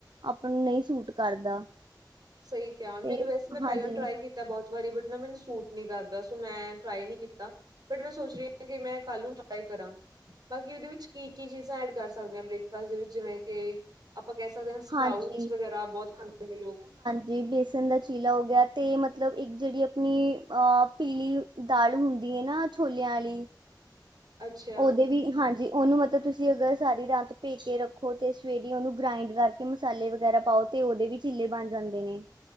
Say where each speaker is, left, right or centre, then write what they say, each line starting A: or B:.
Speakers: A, on the right; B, on the right.
A: ਆਪਾਂ ਨੂੰ ਨਈ ਸੂਟ ਕਰਦਾ।
B: ਸਈ ਕੇਆ, ਮੈਨੂੰ
A: ਤੇ
B: ਵੈਸੇ ਮੈਂ
A: ਹਾਂਜੀ
B: ਪੈਲਾਂ ਟਰਾਈ ਕੀ ਤਾ ਬੌਤ ਵਾਰੀ, ਬਟ ਨਾ ਮੈਨੂੰ ਸੂਟ ਨੀਂ ਕਰਦਾ, ਸੋ ਮੈਂ ਟਰਾਈ ਨੀ ਕੀਤਾ। ਬਟ ਮੈਂ ਸੋਚ ਰੀ ਆਂ, ਕਿ ਮੈਂ ਕੱਲ ਨੂੰ ਟਰਾਈ ਕਰਾਂ। ਬਾਕੀ ਓਦੇ ਵਿੱਚ ਕੀ-ਕੀ ਚੀਜ਼ਾਂ ਐਡ ਕਰ ਸਕਦੇ ਆਂ ਬ੍ਰੇਕਫਾਸਟ ਦੇ ਵਿੱਚ ਜਿਵੇਂ ਕਿ ਆਪਾਂ ਕੇਹ ਸਕਦੇ ਆਂ, ਸਪਰਾਊਟਸ
A: ਹਾਂਜੀ।
B: ਵਗੈਰਾ ਬੌਤ ਖਾਂਦੇ ਨੇ ਲੋਕ।
A: ਜੀ, ਬੇਸਨ ਦਾ ਚੀਲਾ ਹੋ ਗੇਆ, ਤੇ ਮਤਲਬ ਇੱਕ ਜੇਹੜੀ ਅਪਨੀ ਅ ਪੀਲੀ ਦਾਲ ਹੁੰਦੀ ਐ ਨਾ ਛੋਲੇਆਂ ਆਲੀ
B: ਅੱਛਾ
A: ਓਦੇ ਵੀ, ਹਾਂਜੀ। ਓਨੂੰ ਮਤਬ ਤੁਸੀ ਅਗਰ ਸਾਰੀ ਰਾਤ ਭੇਕੇ ਰੱਖੋ ਤੇ, ਸਵੇਰੇ ਓਨੂੰ ਗ੍ਰੈਂਈਡ ਕਰਕੇ ਮਸਾਲੇ ਵਗੈਰਾ ਪਾਓ ਤੇ, ਓਦੇ ਵੀ ਚੀਲੇ ਬਨ ਜਾਂਦੇ ਨੇ।